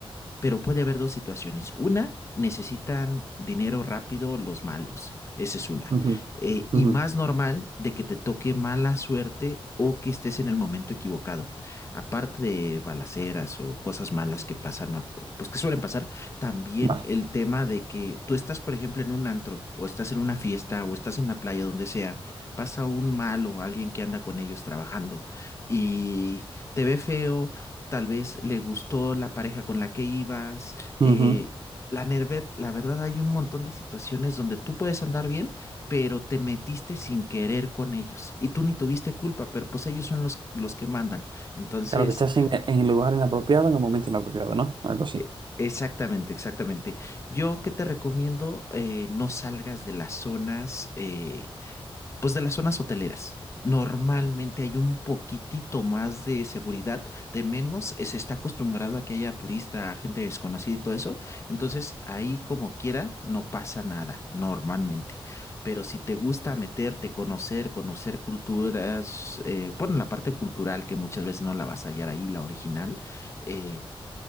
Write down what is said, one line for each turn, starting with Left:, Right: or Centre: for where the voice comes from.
Left: pero puede haber dos situaciones. Una, necesitan dinero rápido los malos. Esa es una.
Right: Ujú,
Left: Eh, y
Right: ujú,
Left: más normal de que te toque mala suerte o que estés en el momento equivocado. Aparte de balaceras o cosas malas que pasan, or- pues que suelen pasar, también
Right: Vale.
Left: el tema de que tú estás, por ejemplo, en un antro o estás en una fiesta o estás en la playa, donde sea, pasa un malo, alguien que anda con ellos trabajando y te ve feo Tal vez le gustó la pareja con la que ibas. eh,
Right: Ujú.
Left: la Nervet, la verdad hay un montón de situaciones donde tú puedes andar bien, pero te metiste sin querer con ellos y tú ni tuviste culpa, pero pues ellos son los, los que mandan. Entonces,
Right: Claro que estás en, en el lugar inapropiado, en el momento inapropiado, ¿no? Algo así.
Left: eh, exactamente, exactamente. Yo que te recomiendo, eh, no salgas de las zonas. eh, pues de las zonas hoteleras. Normalmente hay un poquitito más de seguridad, de menos eh, se está acostumbrado a que haya turista, gente desconocida y todo eso. Entonces ahí como quiera no pasa nada, normalmente. Pero si te gusta meterte, conocer, conocer culturas, eh, bueno, la parte cultural que muchas veces no la vas a hallar ahí, la original, eh,